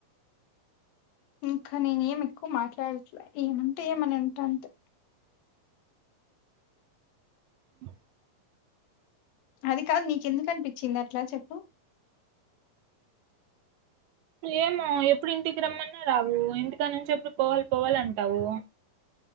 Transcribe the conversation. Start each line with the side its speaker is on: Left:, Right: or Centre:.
Left: ఇంకా నేనే ఏమి ఎక్కువ మాట్లాడలే ఏమంటే ఏమని ఉంటా అంటుంది
Right: బ
Left: అది కాదు నీకెందుకు అనిపించింది అట్లా చెప్పు
Right: లేమో ఎప్పుడు ఇంటికి రమ్మన్నా రావు ఇంటికా నుంచి ఎప్పుడు పోవాలి పోవాల అంటావు